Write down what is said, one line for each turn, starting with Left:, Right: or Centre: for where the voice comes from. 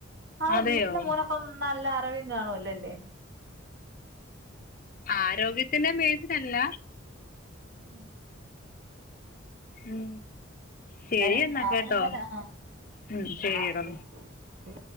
Right: ആ
Left: അതെയോ
Right: വീട്ടിലെ മോന ഇപ്പം നല്ല അറിവിന്ന് കാണുമല്ലേല്ലേ
Left: ആരോഗ്യത്തിന്റെ ബേസല്ല
Right: ഉം
Left: ഉം ശരി
Right: എന്തായാലും
Left: എന്ന
Right: അവനെന്തായാലും
Left: കേട്ടോ
Right: ആ
Left: ഉം ശരിയടോ
Right: ആ ശരി ശരി ശരി